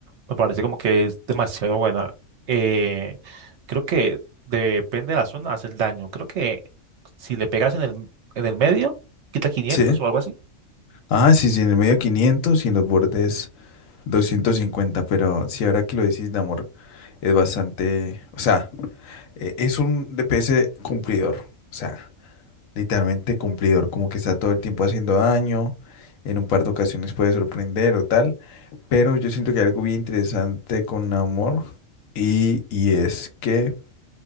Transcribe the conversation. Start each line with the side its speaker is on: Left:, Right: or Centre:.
Right: Me parece como que es demasiado buena. Eh, creo que depende de la zona, hace el daño. Creo que si le pegas en el, en el medio, quita 500
Left: Sí.
Right: o algo así.
Left: Ajá, sí, sí, en el medio 500 y en los bordes 250, pero si ahora que lo decís, Namor, es bastante, o sea, e- es un DPS cumplidor, o sea, literalmente cumplidor, como que está todo el tiempo haciendo daño, en un par de ocasiones puede sorprender o tal, pero yo siento que hay algo bien interesante con Namor y, y es que